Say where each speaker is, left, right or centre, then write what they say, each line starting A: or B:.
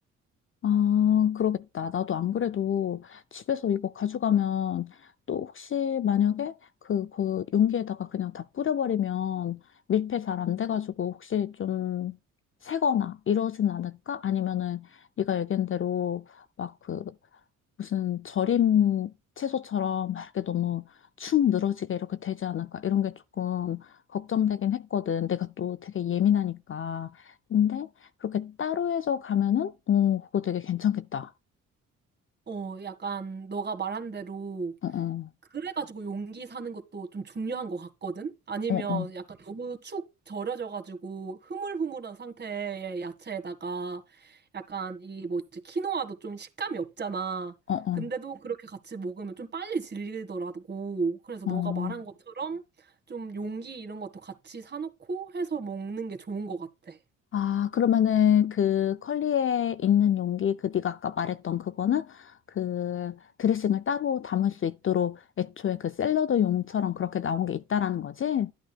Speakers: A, on the left; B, on the right.
A: 아, 그러겠다. 나도 안 그래도 집에서 이거 가져가면 또 혹시 만약에 그, 그 용기에다가 그냥 다 뿌려버리면 밀폐 잘 안 돼가지고 혹시 좀 새거나 이러진 않을까? 아니면은 네가 얘기한 대로 막그 무슨 절임 채소처럼 막 이렇게 너무 축 늘어지게 이렇게 되지 않을까 이런 게 조금 걱정되긴 했거든. 내가 또 되게 예민하니까. 근데 그렇게 따로 해서 가면은 어 그거 되게 괜찮겠다.
B: 어, 약간 너가 말한 대로
A: 어어
B: 그래가지고 용기 사는 것도 좀 중요한 것 같거든? 아니면
A: 어어
B: 약간 너무 축 절여져가지고 흐물흐물한 상태의 야채에다가 약간 이 뭐지, 키노아도 좀 식감이 없잖아.
A: 어어 어.
B: 근데도 그렇게 같이 먹으면 좀 빨리 질리더라고. 그래서
A: 어,
B: 너가
A: 어. 어.
B: 말한 것처럼 좀 용기 이런 것도 같이 사놓고 해서 먹는 게 좋은 것 같아.
A: 아 그러면은 그 컬리에 있는 용기 그 네가 아까 말했던 그거는 그 드레싱을 따로 담을 수 있도록 애초에 그 샐러드 용처럼 그렇게 나온 게 있다라는 거지?